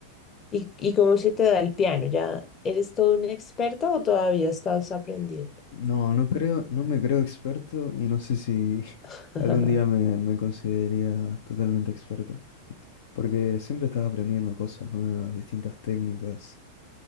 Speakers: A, on the left; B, on the left.
A: ¿Y, y cómo se te da el piano? ¿Ya eres todo un experto o todavía estás aprendiendo?
B: No, no creo, no me creo experto y no sé si <laughs>
A: <laughs>
B: algún día me, me consideraría totalmente experto, porque siempre estaba aprendiendo cosas nuevas, distintas técnicas.